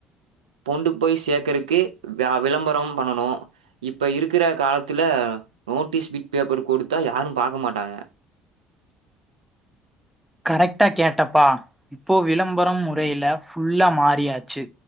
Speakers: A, on the right; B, in the centre.
A: கொண்டு போய் சேக்கறக்கு வ்யா விளம்பரம் பண்ணனு இப்ப இருக்குற காலத்துல நோட்டீஸ் பிட் பேப்பர் குடுத்தா யாரு பாக்க மாட்டாங்க
B: கரெக்ட்டா கேட்டப்பா இப்போ விளம்பரம் முறையில ஃபுல்லா மாறியாச்சு